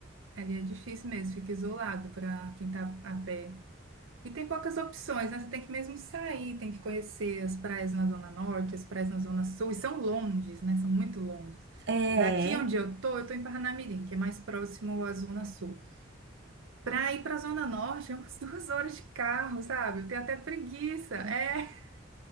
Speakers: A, on the right; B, on the right.
A: Ali é difícil mesmo, fica isolado para quem tá a pé. E tem poucas opções, né? Você tem que mesmo sair, tem que conhecer as praias na Zona Norte, as praias na Zona Sul, e são longes, né? São muito longes.
B: É.
A: Daqui onde
B: É.
A: eu tô, eu tô em Parnamirim, que é mais próximo à Zona Sul. Para ir para a Zona Norte é umas <laughs> duas horas de carro, sabe? Eu tenho até preguiça. É.
B: Eita.